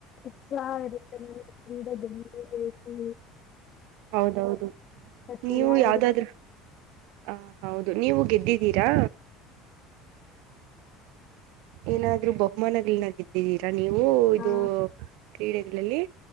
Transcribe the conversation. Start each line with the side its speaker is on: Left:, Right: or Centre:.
Left: ಉತ್ಸಾಹ ಇರುತ್ತೆ ನನಗೆ ಕ್ರೀಡೆ ಗೆಲ್ಲೆ ಬೇಕು.
Right: ಹೌದೌದು
Left: ಛಲ
Right: ನೀವು ಯಾವ್ದಾದ್ರೂ
Left: ಇರುತ್ತೆ
Right: ಆ. ಹೌದು ನೀವು ಗೆದ್ದಿದ್ದೀರಾ. ಏನಾದ್ರು ಬಹುಮಾನ್ಗಳ್ನ ಗೆದ್ದೀರ. ನೀವು ಇದು
Left: ಹಾ
Right: ಕ್ರೀಡೆ. ಲಲ್ಲಿ.